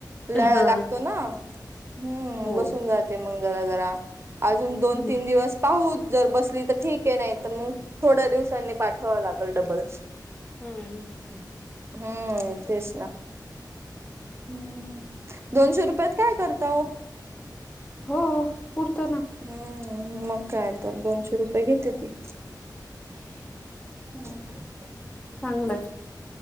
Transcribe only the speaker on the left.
हा
हो
हम्म
हम्म हम्म.
हो पुरतं ना.
चांगलंय.